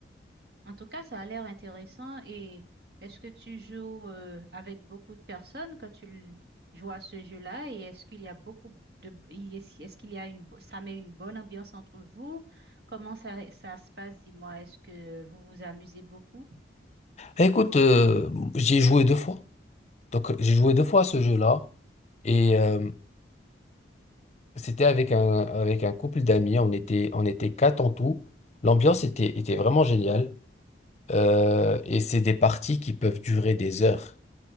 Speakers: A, on the right (about 60°); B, on the left (about 35°).
A: En tout cas, ça a l'air intéressant. Et est-ce que tu joues euh, avec beaucoup de personnes quand tu l- joues à ce jeu-là? Et est-ce qu'il y a beaucoup de... y- Est-ce est-ce qu'il y a une... bo- Ça met une bonne ambiance entre vous? Comment ça, ça se passe? Dis-moi, est-ce que vous vous amusez beaucoup?
B: Écoute, euh, j'ai joué deux fois. Donc, j'ai joué deux fois à ce jeu-là. Et euh, c'était avec un, avec un couple d'amis. On était, on était quatre en tout. L'ambiance était, était vraiment géniale. Euh, et c'est des parties qui peuvent durer des heures.